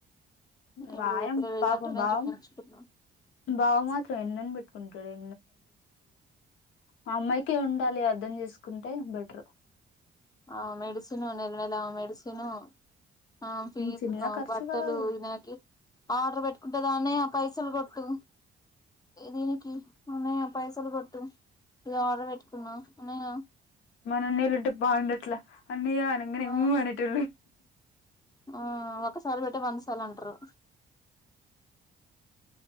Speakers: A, on the left; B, on the left.
A: ఇప్పుడు
B: వాయం
A: ప్రైవేట్
B: పాపం
A: దాంట్లోనే
B: భావం
A: చూయించుకున్నాం
B: భావ మాత్రం ఎన్నని పెట్టుకుంటడే ఆ అమ్మాయి కే ఉండాలి అర్థం చేసుకుంటే బెటర్
A: ఆ మెడిసిను నెల నెల ఆ మెడిసిను ఆ ఫీజు
B: చిన్న ఖర్చు
A: బట్టలు
B: కదా అది
A: ఈనాకి ఆర్డర్ పెట్టుకుంటే దానే పైసలు కొట్టు దీనికి ఉన్నాయా పైసలు కొట్టు ఇది ఆర్డర్ పెట్టుకున్నా అన్నయా
B: మన అన్నళ్ళుంటే బాగుండట్లా అన్నయ్య అనగానేఊ
A: ఆ
B: అనేటళ్ళు
A: ఆ ఒకసారి పెట్టటి వంద సార్ లుఅంటారు <inaudible>